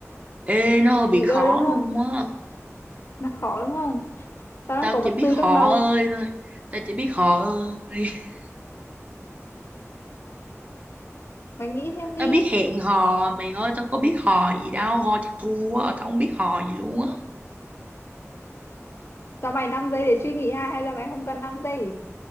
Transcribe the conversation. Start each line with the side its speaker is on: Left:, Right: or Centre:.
Right: Ê nó hơi bị
Left: nghĩ
Right: khó
Left: đời đúng không
Right: luôn á
Left: là khó đúng không tao đang
Right: Tao
Left: có một
Right: chỉ biết
Left: từ
Right: họ
Left: trong đầu
Right: ơi thôi Tao chỉ biết họ ơi <laughs>
Left: mày nghĩ thêm đi
Right: Tao biết hẹn hò Mày ơi tao có biết hò gì đâu Hò chắc thua quá Tao không biết hò gì luôn á
Left: cho mày 5 giây để suy nghĩ ha hay là mày không cần 5 giây